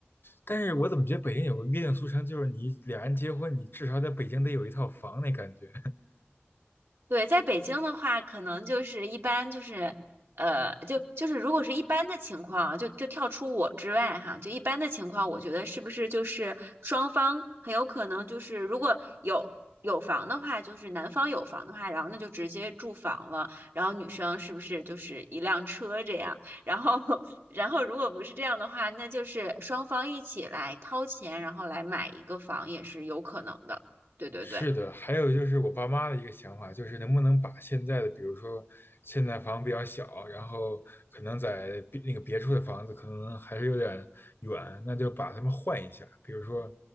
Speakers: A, on the left (about 60°); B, on the right (about 70°).
A: 但是我怎么觉得北京有个约定俗成，就是你俩人结婚，你至少在北京得有一套房那感觉。
B: 对，在北京的话，可能就是一般就是，呃，就就是如果是一般的情况啊，就就跳出我之外哈，就一般的情况，我觉得是不是就是双方很有可能就是如果有有房的话，就是男方有房的话，然后那就直接住房了，然后女生是不是就是一辆车这样？然后 <laughs> 然后如果不是这样的话，那就是双方一起来掏钱，然后来买一个房也是有可能的。对对对。
A: 是的，还有就是我爸妈的一个想法，就是能不能把现在的，比如说现在房比较小，然后可能在别那个别处的房子可能还是有点远，那就把它们换一下，比如说